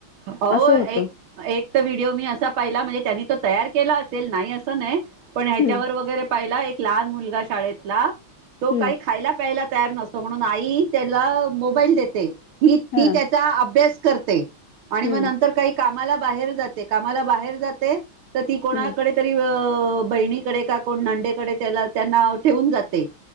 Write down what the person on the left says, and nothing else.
असं
होतं
हम्म
हम्म
हा
हम्म
हम्म